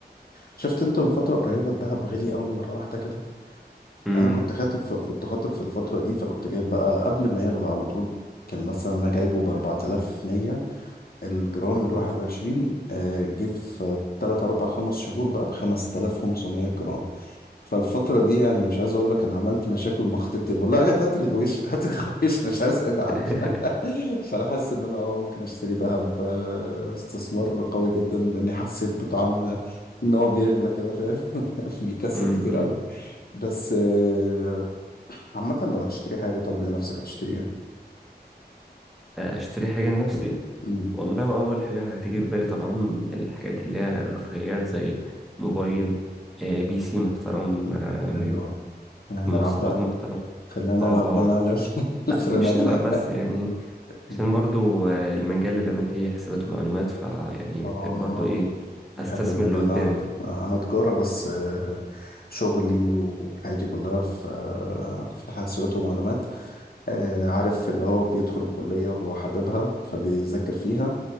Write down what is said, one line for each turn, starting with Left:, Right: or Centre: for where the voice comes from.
Left: شفت أنت من فترة قريبة الذهب غالي أوي مرة واحدة كده
Centre: مم.
Left: أنا كنت خاطب في... كنت خاطب في الفترة دي فكنت جايب بقى قبل ما يغلى على طول كان مثلا أنا جايبه ب 4100 الجرام الواحد وعشرين آه، جه في تلات أربع خمس شهور بقى بخمس تلاف خمسمية جرام فالفترة دي يعني مش عايز أقول لك أنا عملت مشاكل مع خطيبتي بقول لها "لا، هات الغويش هات الغويش مش عايز أجعل
Centre: <laughs>
Left: <laughs> فأنا حاسس إن أنا أه ممكن أشتري دهب آه، استثمار قوي جدا لأني حسيت بطعم آه، إن هو بيغلى كده فاهم <laughs> بيكسب
Centre: مم،
Left: كتير
Centre: مم.
Left: قوي بس آه، عامة لو هتشتري حاجة طب لنفسك هتشتري إيه؟
Centre: آه، اشتري حاجه لنفسي
Left: مم،
Centre: والله هو أول حاجة هتيجي في بالي طبعا الحاجات اللي هي الرفاهيات زي موبايل آه، بي سي محترم آه،
Left: أيوه نلعب
Centre: مواصفات
Left: بقى
Centre: محترمة
Left: خلينا نلعب
Centre: اه
Left: بقى نعلم
Centre: اه
Left: <laughs>
Centre: لا
Left: الفريمات
Centre: مش نلعب
Left: بقى
Centre: بس يعني عشان
Left: مم.
Centre: برضو آه، المجال اللي أنا فيه حسابات ومعلومات فيعني
Left: اه
Centre: محتاج برضو إيه
Left: بحب
Centre: أستثمر
Left: المجال
Centre: لقدام
Left: ده عامة آه، أنا تجارة بس آه، شغلي وحياتي كلها في آه، في حاسبات ومعلومات آه، عارف اللي هو بيدخل الكلية وهو حاببها فبيذاكر فيها